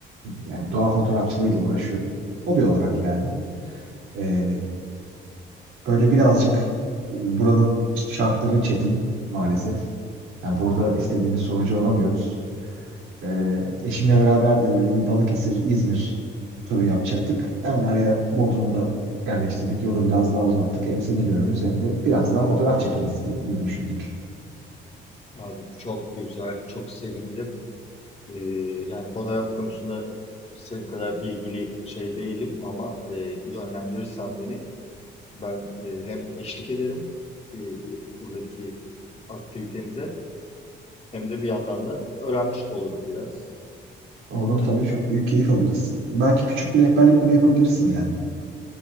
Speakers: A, on the right (about 85°); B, on the left (about 30°).
A: yani doğa fotoğrafçılığıyla uğraşıyorum. Hobi olarak yani. Ee, böyle birazcık e, buranın şartları çetin maalesef. Yani burada istediğimiz sonucu alamıyoruz. Ee, eşimle beraber de böyle bir Balıkesir, İzmir turu yapacaktık. Hemen araya Bodrum'u da yerleştirdik. Yolu biraz daha uzattık. Hem seni görürüz hem de biraz daha fotoğraf çekeriz gi- gibi düşündük.
B: Abi çok güzel. Çok sevindim. Ee, yani fotoğraf konusunda senin kadar bilgili şey değilim ama e, yönlendirirsen beni ben e, hem eşlik ederim e, buradaki aktivitenize hem de bir yandan da öğrenmiş de olurum biraz.
A: Olur tabii çok büyük keyif alırız. Belki küçük bir rehberlik bile yapabilirsin yani.